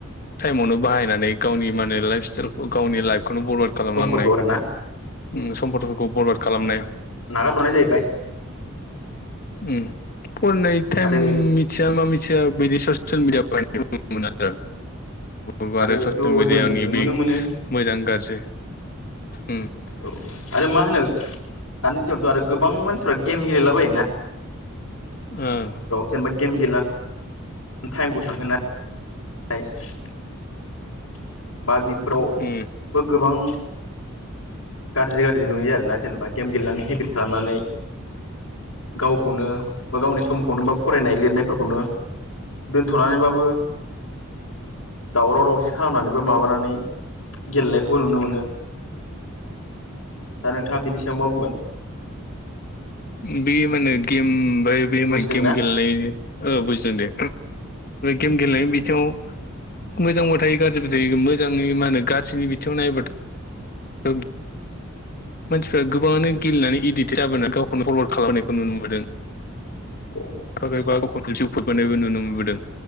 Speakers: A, on the left (about 45°); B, on the left (about 75°).
A: टाइमावनो बायनानै गावनि माने लाइफ स्टाइलखौ गावनि लाइफ खौनो बरबाड खालामलांनाय
B: समफोरखौ आरोना
A: उम सम्पदफोरखौ बरबाड खालामनाय
B: नागार हरनाय जाहैबाय
A: उम फरायनाय टाइम
B: आरो
A: मिथिया मा मिथिया बिदि ससियेल मिडिया बा हायनायखो नुनो मोनो आरो
B: आरोथ'
A: <unintelligible> आरो ससियेल मिडियानि
B: जों नुनो
A: बि
B: मोनो
A: मोजां गाज्रि उम
B: औ आरो मा होनो दानि थ' आरो गोबां मानसिफ गेम गेलेला बायो ना
A: उम
B: जेनेबा गेम गेला टाइमखौ थांहोना <unintelligible> बा बेफोराव
A: उम
B: बो गोबां गारजि - गारजि नुयो आरोना जेनेबा गेम गेलेनानै हेबिट खालामनानै गावखौनो बा गावनि समखौनो बा फरायनाय लिरनायफोरखौनो दोनथ'नानैबाबो दावराव- दावसि खालामनानैबा माबानानै गेलेनायखौबो नुनो मोनो दा नोंथाङा बेनि सायाव मा बुंगोन
A: बेयो माने गेम फाय बे
B: बुजिदोंना
A: मा गेम गेलेनायनि‌ ओ
B: औ
A: बुजिदों दे गेम गेलेनायनि बिथिङाव मोजांबो थायो गाज्रिबो थायो मोजाङै मा होनो गाज्रिनि बिथिङाव नायोबाथ' औ मानसिफ्रा गोबाङानो गेलेनानै इडिटेड जाबोना गावखौनो फरवार्ड खालामनायखौ नुनो मोनदों
B: औ
A: थागोरबा गावखौ जिउ फोबबोनायबो नुनो मोनबोदों